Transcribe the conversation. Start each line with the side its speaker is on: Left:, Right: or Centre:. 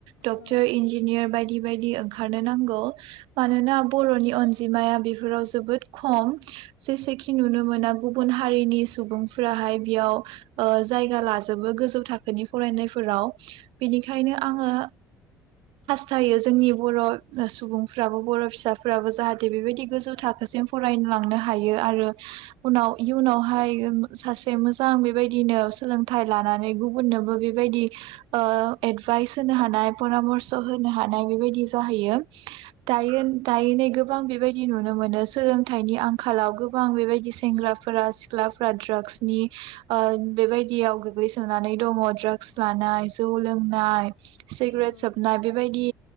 Right: डक्टर
Left: औ
Right: इन्जिनियार बायदि बायदि ओंखारनो नांगौ। मानोना बर'नि अनजिमाया बेफोराव जोबोद खम जेसेखि नुनो मोना गुबुन हारिनि सुबुंफोराहाय बेयाव ओ जायगा लाजोबो गोजौ थाखोनि फरायनायफोराव बेनिखायनो
Left: औ
Right: आङो जायो जोंनि बर' सुबुं फ्राबो बर' फिसाफ्राबो जाहाथे बेबायदि गोजौ थाखोसिम फरायलांनो हायो आरो उनाव इयुनावहाय
Left: औ
Right: सासे से मोजां बेबायदिनो सोलोंथाइ लानानै गुबुननोबो बेबायदि ओ एडभाइस होनो हानाय परामर्स होनो हानाय बेबायदि जाहैयो। दायो दाय नै गोबां बेबायदि बिदि नुनो मोनो सोलोंथाइनि आंखालाव गोबां बेबायदि सेंग्राफोरा सिख्लाफोरा ड्राग्सनि ओ बेबायदियाव गोग्लैसोनानै दङ ड्रागस लानाय जौ लोंनाय। सिग्रेट
Left: औ
Right: सोबनाय बेबायदि